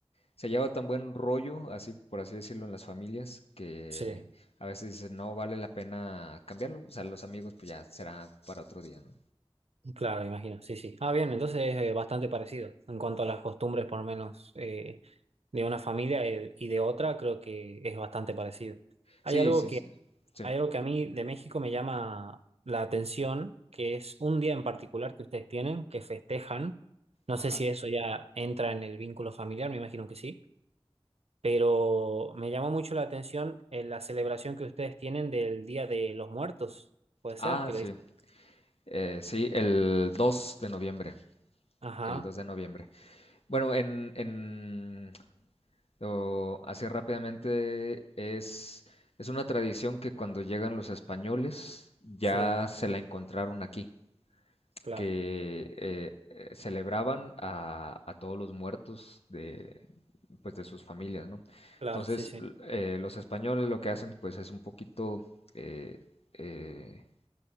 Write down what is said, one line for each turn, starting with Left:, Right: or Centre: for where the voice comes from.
Left: se lleva tan buen rollo, así por así decirlo, en las familias, que
Right: sí,
Left: a veces dices, no vale la pena cambiarlo. O sea, los amigos, pues ya será para otro día, ¿no?
Right: claro, imagino. Sí, sí. Ah, bien, entonces es eh, bastante parecido en cuanto a las costumbres, por lo menos eh, de una familia eh, y de otra, creo que es bastante parecido. Hay
Left: Sí,
Right: algo
Left: sí,
Right: que,
Left: sí. Sí,
Right: hay algo que a mí de México me llama la atención, que es un día en particular que ustedes tienen, que festejan. No
Left: ajá.
Right: sé si eso ya entra en el vínculo familiar, me imagino que sí pero me llamó mucho la atención eh, la celebración que ustedes tienen del Día de los Muertos. Puede
Left: Ah,
Right: ser que
Left: sí.
Right: le dicen.
Left: Eh, sí, el 2 de noviembre.
Right: Ajá,
Left: El 2 de noviembre. Bueno, en, en o así rápidamente es, es una tradición que cuando llegan los españoles ya
Right: sí,
Left: se la encontraron aquí.
Right: claro,
Left: que eh, eh, celebraban a, a todos los muertos de, pues, de sus familias, ¿no?
Right: claro,
Left: Entonces,
Right: sí, sí.
Left: l- eh, los españoles lo que hacen, pues, es un poquito eh, eh,